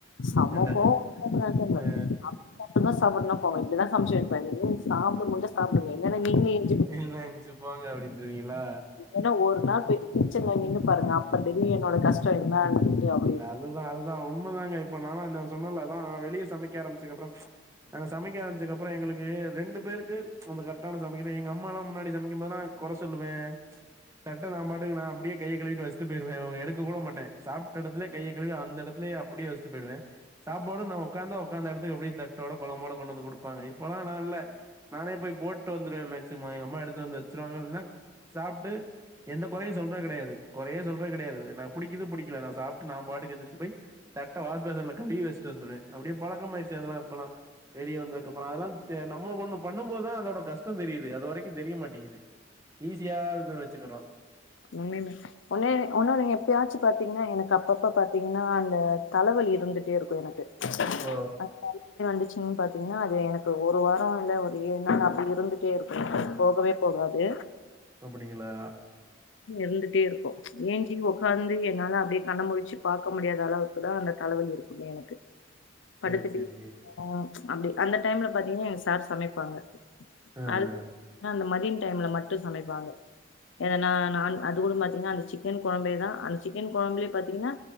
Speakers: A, on the left; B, on the right.
A: செம்ம
B: ஏன்டா
A: கோவோ வரும் பாருங்க
B: ஆ
A: சாப்புட்றன சாப்டு இல்லனா போ இப்டிதான் சமைச்சு வப்பேன் சாப்பிட முடுஞ்சா சாப்பிடுங்க இல்லன்னா நீங்கள
B: இல்லனா எஞ்சு போங்க அப்படின்றுவீங்களா
A: இல்லன்னா ஒரு நாள் போயிட்டு கிட்சென்ல நின்னு பாருங்க அப்ப தெரியு என்னோட கஷ்டோ என்னான்ட்டு அப்
B: அதுதான் அதுதான் உண்மைதாங்க இப்ப நாலா நான் சொன்னேலதான் நான் வெளியே சமைக்க ஆரம்பிச்சதுக்கு அப்புறம் நாங்க சமைக்க ஆரமிச்சதுக்கப்ரோ எங்களுக்கு ரெண்டு பேருக்கு கரெக்டான சமைக்கிறே எங்க அம்மாலா முன்னாடி சமைக்கும்போது லா குறை சொல்லுவே தட்டை நா பாட்டுக்கு நா அப்படியே கையை கழுவிட்டு வச்ட்டு போயிருவே எடுக்க கூட மாட்டே சாப் இடத்துல கைய கழுவி அந்த இடத்துல அப்படியே வச்சுட்டு போயிடுவே சாப்பாடு நான் உக்காந்த உக்காந்த இடத்துக்கு அப்படியே தட்டோட குழம்போட கொண்டு வந்து கொடுப்பாங்க இப்பெல்லாம் நா இல்ல நானே போய் போட்டு வந்துருவே மேக்சிமம் எங்க அம்மா எடுத்து வந்து வச்சிருவாங்க இல்லனா சாப்ட்டு எந்த குறையு சொல்றது கிடையாது குறையே சொல்றது கிடையாது நான் புடிக்குது புடிக்கல நா சாப்ட்டு நான் பாட்டுக்கு எந்திரிச்சு போய் தட்ட வாஷ்பேசன்ல கழுவி வச்சுட்டு வந்துருவே அப்படியே பழக்கமாயாருச்சு அதெல்லா இப்பல்லா வெளிய வந்தக்கப்றோ அதெல்லாம் நம்ம ஒண்ணு பண்ணும்போதுதா அதோட கஷ்டந்தெரியுது அது வரைக்கு தெரிய மாட்டேங்குது ஈஸியாது வச்சுக்கிறோ
A: உண்மை ம் ஒன்னு ஒன்னொன்னு நீங்க எப்பயாச்சும் பாத்தீங்ன்னா எனக்கு அப்பப்ப பாத்தீங்ன்னா இந்த தலவலி இருந்துட்டே இருக்கூ எனக்கு
B: ஓ
A: அந்த தண்ணி வந்துச்சு ம் பார்த்தீங்ன்னா அது எனக்கு ஒரு வாரொ இல்ல ஒரு ஏழு நாள் அப்டி இருந்துட்டே இருக்கூ போகவே போகாது
B: அப்படிங்களா
A: இருந்துட்டே இருக்கூ ஏஞ்சி ஒக்காந்து என்னால அப்டியே கண்ணமுழிச்சு பாக்க முடியாத அளவுக்கு தா அந்த தலவலி இருக் குமே எனக்கு
B: சேரி
A: படுத்துட்டே
B: சேரி
A: <inaudible> அப்டி அந்த டைம்ல பாத்தீங்ன்னா எங்க சார் சமைப்பாங்க
B: ஆ ஆ
A: அது கூ அ அந்த மதிய டைம்ல மட்டு சமைப்பாங்க எதனா நான் அது கூட பாத்தீங்கன்னா அந்த சிக்கன் கொழம்பேதா அந்த சிக்கன் கொழம்புலயே பாத்தீங்கன்னா